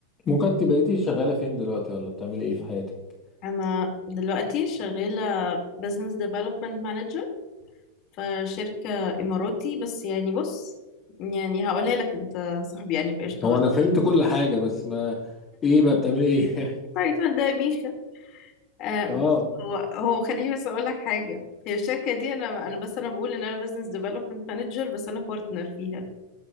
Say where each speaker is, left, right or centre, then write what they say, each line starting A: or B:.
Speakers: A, on the left; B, on the left.
A: ممكن انت بقيتي شغالة فين دلوقتي ولا بتعملي ايه في حياتك
B: أنا دلوقتي شغالة business development manager في شركة إماراتي بس يعني بص يعني هقولها لك أنت صاحبي يعني في قشطة
A: هو انا فهمت كل حاجة بس ما ايه بقى بتعملي ايه <laughs> يعني
B: التايتل ده يا ميخا آه
A: اه
B: بص هو هو خليني بس أقول لك حاجة هي الشركة دي أنا أنا بس أنا بقول إن أنا business development manager بس أنا partner فيها